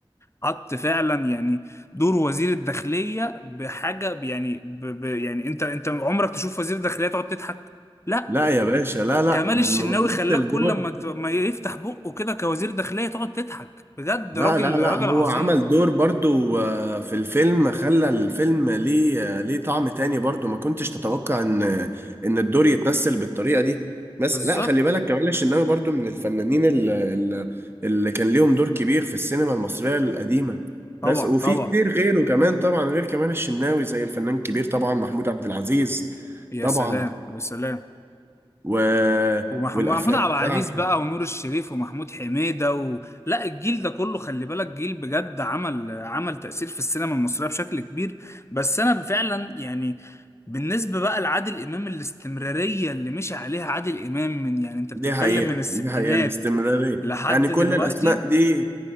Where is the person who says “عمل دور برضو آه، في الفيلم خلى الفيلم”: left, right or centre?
Right